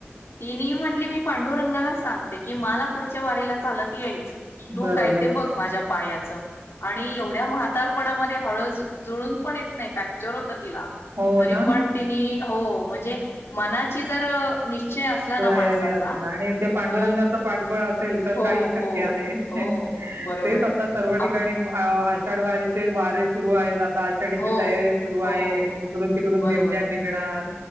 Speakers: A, on the left; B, on the right.
A: की नाही म्हटली मी पांडुरंगालाच सांगते, की मला पुढच्या वारीला चालत याई तय, तू
B: बरोबर
A: काय ते बघ माझ्या पायाच आणि एवढ्या म्हातार णा हळूच जुळून पण येत नाहीत, फॅक्चर होतात. दिला,
B: हो
A: तरी
B: ना
A: पण तीनी- हो, म्हणजे मनाची जर विषय असला
B: तयारी
A: ना माणसाचा-
B: असेल आणि ते पांडुरंगाचं
A: हो
B: पाठबळ असेल तर
A: हो
B: काही शक्य
A: हो
B: आहे,
A: हो बरोबर
B: तेच
A: आहे.
B: आता सर्व ठिकाणी
A: आप
B: आषाढवारीचे वारे सुरू आहेत आत आषाढीची
A: हो
B: तयारी सुरु
A: हो
B: आहे. इकडून, तिकडून
A: बरोबर
B: दिंड्या
A: आहे
B: निघणार,